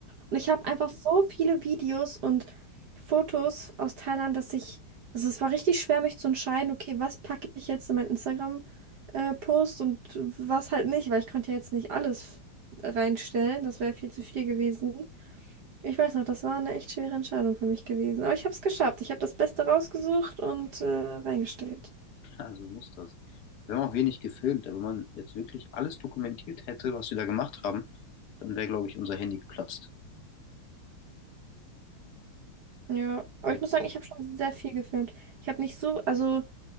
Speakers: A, on the right (about 55°); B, on the left (about 60°).
A: Und ich habe einfach so viele Videos und Fotos aus Thailand, dass ich, also es war richtig schwer, mich zu entscheiden, okay, was packe ich jetzt in meinen Instagram-Post und was halt nicht, weil ich konnte ja jetzt nicht alles reinstellen. Das wäre viel zu viel gewesen. Ich weiß noch, das war eine echt schwere Entscheidung für mich gewesen. Aber ich habe es geschafft. Ich habe das Beste rausgesucht und äh, reingestellt.
B: also muss das. Wir haben auch wenig gefilmt, aber wenn man jetzt wirklich alles dokumentiert hätte, was wir da gemacht haben, dann wäre, glaube ich, unser Handy geplatzt.
A: Ja, aber
B: Also,
A: ich muss sagen, ich habe schon sehr viel gefilmt. Ich habe nicht so, also.